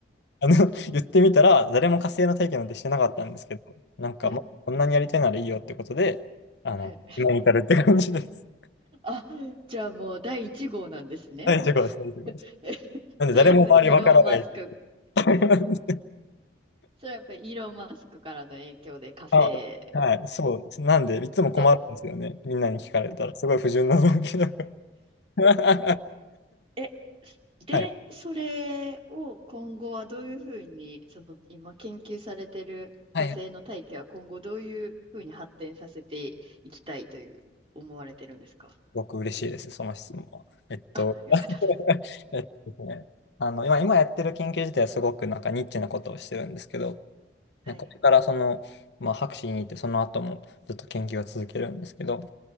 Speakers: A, on the left (about 65°); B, on the right (about 30°).
A: あの、<laughs> 言ってみたら、誰も火星の体験なんてしてなかったんですけど、なんかもう、
B: はい。
A: こんなにやりたいならいいよってことで、あの、
B: はい。
A: 今に至るって感じです。
B: あ、じゃあもう第1号なんですね。
A: <laughs> 大丈夫です、
B: <laughs>
A: 大丈夫です。なんで、
B: それやっぱりイーロン・
A: 誰も周りわからない。
B: マスク、
A: <laughs>
B: それやっぱりイーロン・マスクからの影響で火星
A: あ、はい、そう。なんで、いつも困るんですよね。
B: と、
A: みんなに聞かれたら、すごい不純な動機だから。<laughs>
B: え、で、
A: はい。
B: それを今後はどういうふうに、その今研究されてる火星の大気は今後どういうふうに発展させていきたいという思われてるんですか
A: はい。僕嬉しいです、その質問は。えっと、
B: あ、よかったです。
A: <laughs> えっとですね、あの、今、今やってる研究自体はすごくなんかニッチなことをしてるんですけど、
B: はい。
A: ね、これからその、まあ、博士に行ってその後もずっと研究を続けるんですけど、